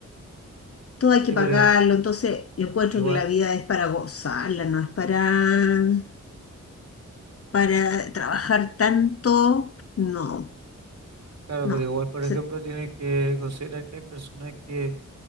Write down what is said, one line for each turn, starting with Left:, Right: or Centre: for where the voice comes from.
Left: Todo hay que
Right: Sí,
Left: pagarlo,
Right: pero
Left: entonces yo encuentro
Right: igual,
Left: que la vida es para gozarla, no es para, para trabajar tanto. No,
Right: claro,
Left: no.
Right: pero igual, por
Left: Se-
Right: ejemplo, tienes que considerar que hay personas que